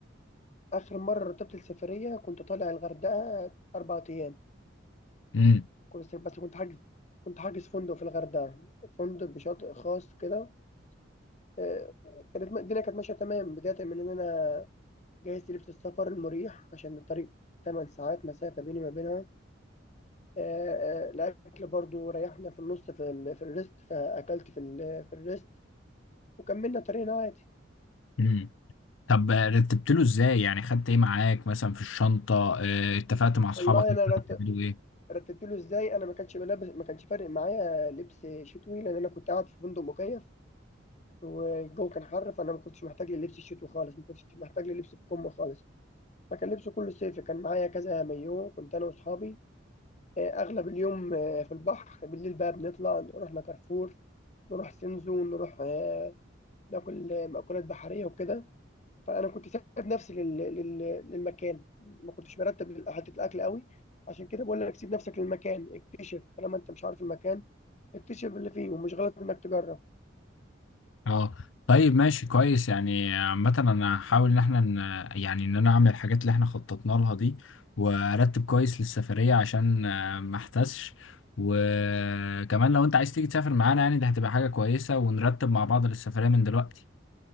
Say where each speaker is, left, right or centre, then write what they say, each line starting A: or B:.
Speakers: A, on the left (about 35°); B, on the left (about 80°).
A: اخر مره رتبت السفريه كنت طالع الغردقه اربع ايام
B: امم
A: كنت بس كنت حاجز كنت حاجز فندق في الغردقه فندق بشاطئ خاص كده آه، كانت الدنيا كانت ماشيه تمام بدايه من ان انا جهزت لبس السفر المريح عشان الطريق 8 ساعات مسافة بيني ما بينها آه، آه، الأكل برضو ريحنا في النص في ال... في الريست فأكلت في ال... في الريست وكملنا طريقنا عادي
B: امم. طب رتبت له ازاي يعني خدت ايه معاك مثلا في الشنطة آه، اتفقت مع اصحابك
A: والله
B: مثلا
A: أنا رت...
B: هتعملوا ايه
A: رتبت له إزاي أنا ما كانش بلبس ما كانش فارق معايا لبس شتوي لأن أنا كنت قاعد في فندق مكيف والجو كان حر فأنا ما كنتش محتاج للبس الشتوي خالص ما كنتش محتاج للبس بكم خالص فكان لبسه كله صيفي كان معايا كذا مايو كنت أنا وأصحابي آه، أغلب اليوم آه، في البحر بالليل بقى بنطلع رحنا كارفور نروح سنزو نروح آه، ناكل آه، مأكولات بحرية وكده فأنا كنت سايب نفسي لل... لل... للمكان ما كنتش مرتب لل- حتة الأكل قوي عشان كده بقول لك سيب نفسك للمكان اكتشف طالما أنت مش عارف المكان اكتشف اللي فيه ومش غلط إنك تجرب
B: اه طيب ماشي كويس يعني عامة انا هحاول ان احنا ن- يعني ان انا اعمل الحاجات اللي احنا خططنا لها دي وارتب كويس للسفرية عشان آه، ما احتسش وكمان لو انت عايز تيجي تسافر معانا يعني ده هتبقى حاجة كويسة ونرتب مع بعض للسفرية من دلوقتي